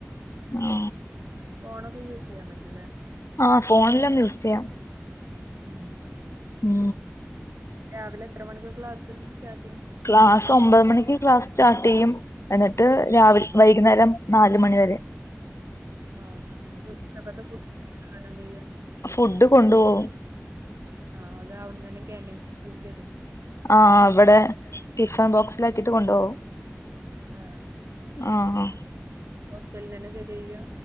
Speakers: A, on the left; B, on the right.
A: ആ.
B: ഫോണൊക്കെ യൂസ് ചെയ്യാൻ പറ്റൂല്ലെ.
A: ആഹ് ഫോണെല്ലാം യൂസ് ചെയ്യാം.
B: ഉം
A: ഉം
B: രാവിലെ എത്ര മണിക്ക് ക്ലാസ് സ്റ്റാർട്ട് ചെയ്യും
A: ക്ലാസ് ഒമ്പത് മണിക്ക് ക്ലാസ് സ്റ്റാർട്ട് ചെയ്യും എന്നിട്ട് രാവിൽ വൈകുന്നേരം നാല് മണിവരെ
B: ആഹാ എന്നിട്ട് ഉചക്കത്ത് ഫുഡ് ന്ത് ചെയ്യ
A: ഫുഡ് കൊണ്ട് പോകും
B: ആഹാ അത് അവിടന്ന് തന്നെ ക്യാൻറിൻ ബീൻ തരും
A: ആഹാ അവിടെ ടിഫാൻ ബോക്സിലക്കിട്ട് കൊണ്ട് പോകും
B: ആഹ ഉം
A: ആഹ്
B: ഹോസ്റ്റലിൽ തന്നെ തരേ ചെയ്യ